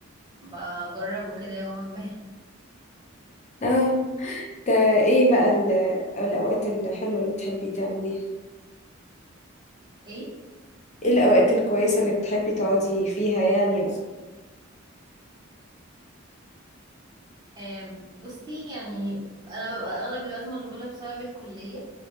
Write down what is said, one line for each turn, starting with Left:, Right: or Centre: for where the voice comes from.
Right: بجربه كده يوما ما
Left: اه ده ايه بقى ال- الاوقات الحلوه اللي بتحبي تعمليها
Right: <laughs> ايه
Left: ايه الاوقات الكويسه اللي بتحبي تقعدي فيها يعني
Right: آه بصي يعني انا ببقى اغلب الوقت مشغوله بسبب الكليه